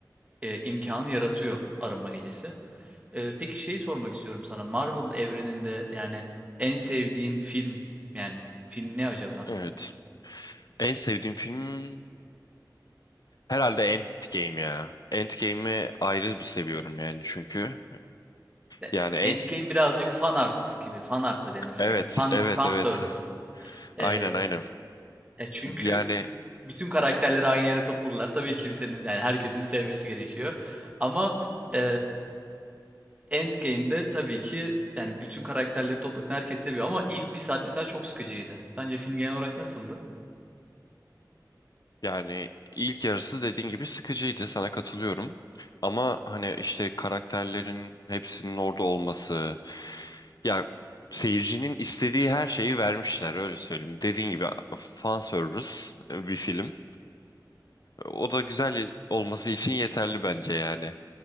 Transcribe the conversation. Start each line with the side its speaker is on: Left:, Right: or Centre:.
Right: e, imkanı yaratıyor Arınma Gecesi. E, peki şeyi sormak istiyorum sana. Marvel evreninde yani en sevdiğin film yani film ne acaba?
Left: Evet. En sevdiğim film herhalde Endgame ya. Endgame'i ayrı bir seviyorum yani çünkü.
Right: E,
Left: Yani en
Right: Endgame birazcık fan art gibi. Fan art mı denir?
Left: evet
Right: Yani fan
Left: evet
Right: fan
Left: evet
Right: service.
Left: aynen
Right: E,
Left: aynen
Right: e, çünkü
Left: yani
Right: bütün karakterleri aynı yere topladılar. Tabii kimsenin yani herkesin sevmesi gerekiyor. Ama e, Endgame'de tabii ki yani bütün karakterleri topladın herkes seviyor ama ilk bir saat mesela çok sıkıcıydı. Sence film genel olarak nasıldı?
Left: yani ilk yarısı dediğin gibi sıkıcıydı sana katılıyorum ama hani işte karakterlerin hepsinin orada olması ya seyircinin istediği her şeyi vermişler öyle söyleyeyim dediğin gibi fan service e, bir film o da güzel olması için yeterli bence yani